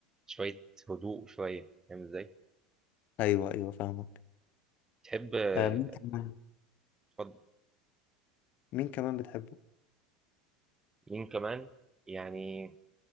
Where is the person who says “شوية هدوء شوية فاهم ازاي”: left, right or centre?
Right